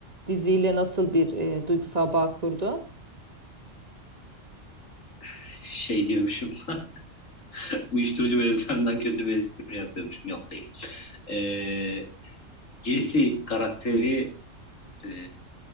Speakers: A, on the right; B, on the left.
A: diziyle nasıl bir e, duygusal bağ kurdu?
B: <laughs> Şey diyormuşum. <laughs> Uyuşturucu mevzularından kötü bir espri yapıyormuşum. Yok değil. E, Jesse karakteri e,